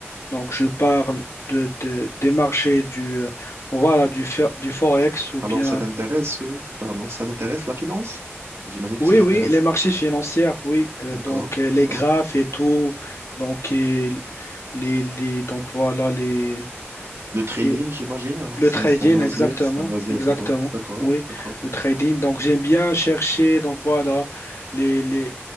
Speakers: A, on the left; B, on the right.
A: Donc je parle de, de- des marchés du euh, voilà du fer- du forex ou
B: Alors,
A: bien
B: ça t'intéresse, euh, pardon, ça t'intéresse la finance? J'imagine que
A: oui
B: ça t'intéresse.
A: oui les marchés financiers oui
B: D'accord,
A: Euh, donc euh, les
B: d'accord.
A: graphes et tout donc et les les donc voilà les
B: Le trading,
A: les-
B: j'imagine, alors
A: Le
B: c'est
A: trading,
B: c'est ton loisir,
A: exactement,
B: c'est un loisir
A: exactement.
B: pour toi. D'accord,
A: Oui,
B: d'accord.
A: le trading. Donc, j'aime bien chercher, donc voilà, les, les,